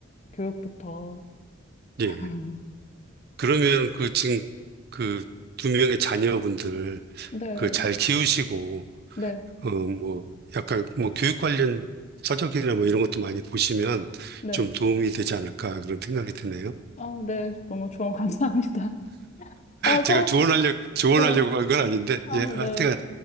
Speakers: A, on the left; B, on the right.
A: 교육부터.
B: 예.
A: <laughs>
B: 그러면 그 지금 그 두 명의 자녀분들
A: 네,
B: 그 잘 키우시고
A: 네,
B: 어 뭐 약간 뭐 교육 관련 서적이나 뭐 이런 것도 많이 보시면
A: 네.
B: 좀 도움이 되지 않을까 그런 생각이 드네요.
A: 아, 네, 너무 조언 감사합니다. <laughs> 아, 참,
B: <laughs> 제가 조언하려고 조언하려고
A: 네,
B: 한 건 아닌데
A: 아,
B: 예 하여튼
A: 네,